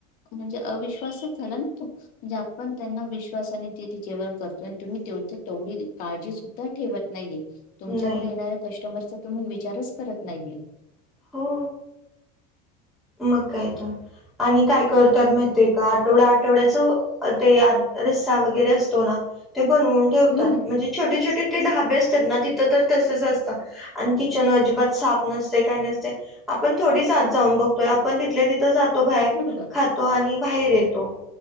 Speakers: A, on the left; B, in the centre.
A: म्हणजे अविश्वासच झाला न तो म्हणजे आपण त्यांना विश्वासाने ते जेवण करतो आणि तुम्ही तेवथे तेवढी काळजी ठेवत नाहीये. तुमच्याकडे
B: नाही
A: येणाऱ्या कस्टमरचा तुम्ही विचारच करत नाहीये.
B: हो! मग काय तर, आणि काय करतात माहित आहे का? आठवडा आठवड्याच ते रसा वगैरे असतो ना, ते बनवून ठेवतात
A: हम्म
B: म्हणजे, छोटे छोटे ते ढाबे असतात ना तिथं तर तसच असतात. आणि किचन अजिबात साफ नसत काही नसत. आपण थोडीचात जाऊन बघतोय आपण तिथल्या तिथं जातो बाहेर
A: बरोबर
B: खात आणि बाहेर येतो